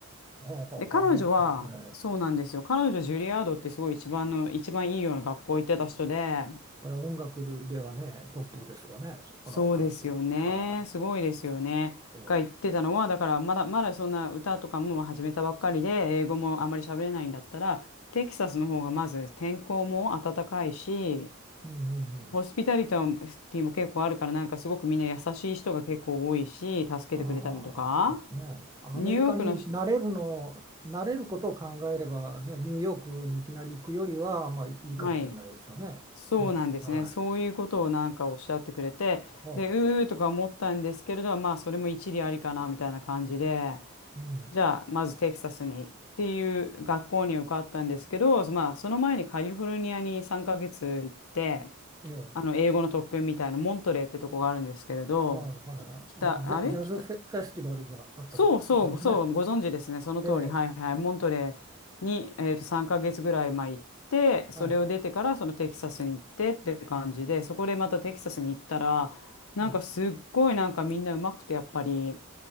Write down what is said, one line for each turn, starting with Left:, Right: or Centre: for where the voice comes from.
Right: ほうほうほう、
Left: で、彼女は、
Right: まあそうね。
Left: そうなんですよ。
Right: ええ
Left: 彼女、ジュリアードってすごい一番の、一番いいような学校行ってた人で、
Right: それは音楽ではね、トップですよね、そその話は。
Left: そうですよね。
Right: は
Left: すごいですよね。
Right: い。
Left: が言ってたのは、
Right: ええ
Left: だからまだ、まだそんな歌とかも始めたばっかりで、英語もあまり喋れないんだったら、テキサスの方がまず天候も暖かいし、
Right: うんうんうん。
Left: ホスピタリティも結構あるから、なんかすごくみんな優しい人が結構多いし、助けてくれたりとか、
Right: ああ、そうですね。アメリカに慣れるの、
Left: ニューヨークのし、
Right: 慣れることを考えれば、ね、ニューヨークにいきなり行くよりは、まあいいかもしれないですよね。
Left: はい。そうなんですね。
Right: まあ、はい。
Left: そういうことをなんかおっしゃってくれて、
Right: おう、
Left: で、うーとか思ったんですけれど、まあ、それも一理ありかなみたいな感じで、
Right: うん。
Left: じゃあ、まずテキサスにっていう学校に受かったんですけど、まあ、その前にカリフォルニアに3ヶ月行って、
Right: ええ
Left: あの、英語の特訓みたいな、モントレーってとこがあるんですけれど、
Right: はいはい。
Left: き北、
Right: あの、ジャ、
Left: あれ北、
Right: ジャズフェ、フェスティバルがあったところですね、
Left: そうそう、
Right: 昔ね。
Left: そう、ご存知ですね。その通り。
Right: ええ、
Left: はいはい。モントレーに、えーと、3ヶ月ぐらい前行って、それを出てからそのテキサスに行ってっていう感じで、
Right: はい。
Left: そこでまたテキサスに行ったら、なんかすっごいなんかみんなうまくてやっぱり、
Right: はい、